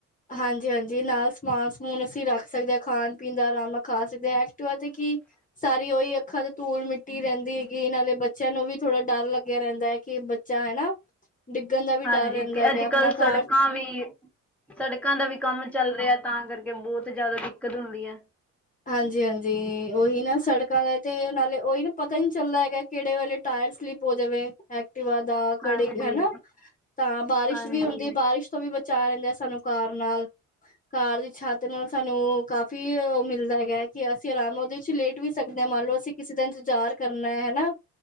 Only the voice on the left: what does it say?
ਹਾਂਜੀ-ਹਾਂਜੀ ਨਾਲ ਸਮਾਨ-ਸਮੂਨ ਅਸੀਂ ਰੱਖ ਸਕਦੇ ਆਂ। ਖਾਣ ਪੀਣ ਦਾ, ਆਰਾਮ ਨਾਲ ਖਾ ਸਕਦੇ ਹਾਂ। ਐਕਟਿਵਾ ਤੇ ਕੀ ਸਾਰੀ ਉਹੀ ਇੱਕ ਸਾਰੀ ਧੂਲ ਮਿੱਟੀ ਰਹਿੰਦੀ ਹੈਗੀ। ਨਾਲੇ ਬੱਚਿਆਂ ਨੂੰ ਵੀ ਥੋੜ੍ਹਾ ਡਰ ਲੱਗਿਆ ਰਹਿੰਦਾ ਹੈ, ਕਿ ਬੱਚਾ ਹਨਾ ਡਿੱਗਣ ਦਾ ਵੀ
ਡਰ ਰਹਿੰਦਾ
ਹੈਗਾ।
ਆਪਣਾ
ਘਰ
ਹਾਂਜੀ-ਹਾਂਜੀ ਉਹੀ ਨਾ ਸੜਕ ਤੇ ਨਾਲੇ ਉਹੀ ਨਾ ਪਤਾ ਹੀ ਨਹੀਂ ਚੱਲਦਾ ਹੈਗਾ। ਕਿਹੜੇ ਵੇਲੇ ਟਾਇਰ ਸਲਿਪ ਹੋ ਜਾਵੇ <unintelligible>
ਹਨਾ ਤਾਂ ਬਾਰਿਸ਼
ਵੀ ਹੁੰਦੀ, ਬਾਰਿਸ਼ ਤੋਂ ਵੀ ਬ <unintelligible> ਰਹਿੰਦੇ ਆ ਸਾਨੂੰ ਕਾਰ ਨਾਲ। ਕਾਰ ਦੀ ਛੱਤ ਨਾਲ ਸਾਨੂੰ ਕਾਫੀ ਮਿਲ ਹੈਗਾ ਕਿ ਅਸੀਂ ਆਰਾਮ ਨਾਲ ਉਹਦੇ ਵਿੱਚ ਲੇਟ ਵੀ ਸਕਦੇ ਆਂ, ਮੰਨ ਲਓ ਅਸੀਂ ਕਿਸੇ ਦਾ ਇੰਤਜ਼ਾਰ ਕਰਨਾ ਐ ਹਨਾ।